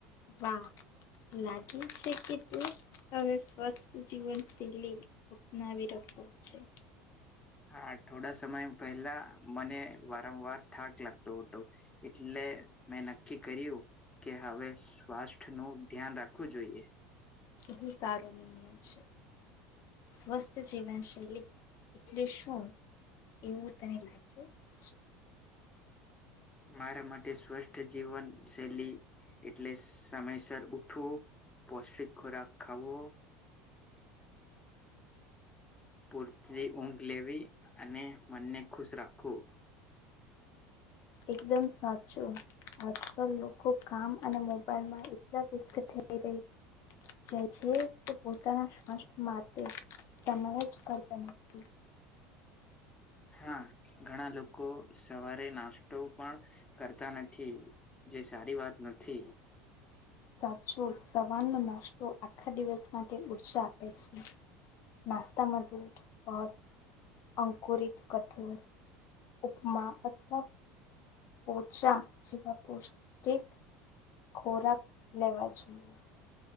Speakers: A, on the left; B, on the left.
A: વા. લાગે છે કે તું તમે સ્વસ્થ જીવનશૈલી. અનાવી રખો છે.
B: હા થોડા સમય પહેલા મને વારંવાર થાક લાગતો હતો. એટલે મેં નક્કી કર્યું. કે હવે સ્વાસ્થ્યનું ધ્યાન રાખવું જોઈએ.
A: બુ સારો નિર્ણય છે સ્વસ્થ જીવન શૈલી. એટલે શું એવું તને લાગે છે.
B: મારા માટે સ્વસ્થ જીવન શૈલી એટલે સમયસર ઉઠવો પૌષ્ટિક ખોરાક ખાવો પૂરતી ઊંઘ લેવી અને મનને ખુશ રાખવું
A: એકદમ સાચું આજકાલ લોકો કામ અને મોબાઈલમાં એટલા વ્યસ્ત થઈ ર્યા જાય છે તે પોતાના સ્ષથ માટે સમય જ કરતો નથી
B: હા ઘણા લોકો સવારે નાસ્તો પણ કરતા નથી જે સારી વાત નથી
A: સાચો સવારનો નાસ્તો આખા દિવસ માટે ઊર્જા આપે છે નાસ્તામાંધર અંકરિત કઠોર ઉપમા અથવા પોચા જેવા પૌષ્ટિક ખોરાક લેવા જોઈએ